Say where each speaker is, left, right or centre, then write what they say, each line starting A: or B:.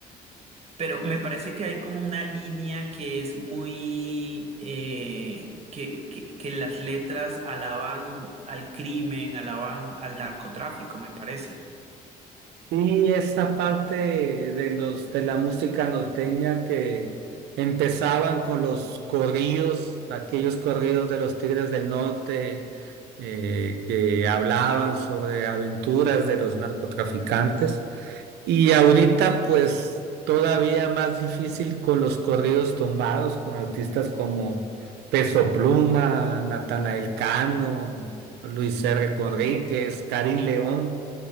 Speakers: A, on the right (about 40°); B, on the right (about 80°).
A: Pero me parece que hay como una línea que es muy, eh, que, que, que las letras alaban al crimen, alaban al narcotráfico, me parece.
B: Sí, esa parte de los de la música norteña que empezaban con los corridos, aquellos corridos de los Tigres del Norte eh, que hablaban sobre aventuras de los narcotraficantes. Y ahorita, pues, todavía más difícil con los corridos tumbados, con artistas como Peso Pluma, Natanael Cano, Luis R. Conríquez,
A: okay
B: Karim León